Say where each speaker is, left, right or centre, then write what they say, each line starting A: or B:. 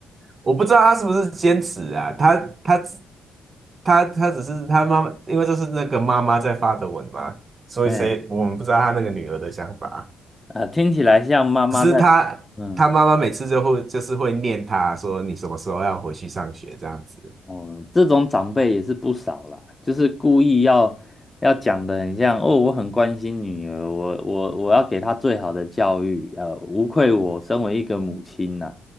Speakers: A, on the right; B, on the left.
A: 我不知道他是不是坚持啊，他他他他只是他妈妈，因为这是那个妈妈在发的文嘛，所以谁我们不知道他那个女儿的想法，
B: 哎，啊，听起来像妈妈在，
A: 只是他他妈妈每次就会就是会念他说你什么时候要回去上学这样子。
B: 嗯。哦，这种长辈也是不少啦，就是故意要要讲的很像哦，我很关心女儿，我我我要给她最好的教育，呃，无愧我身为一个母亲呐、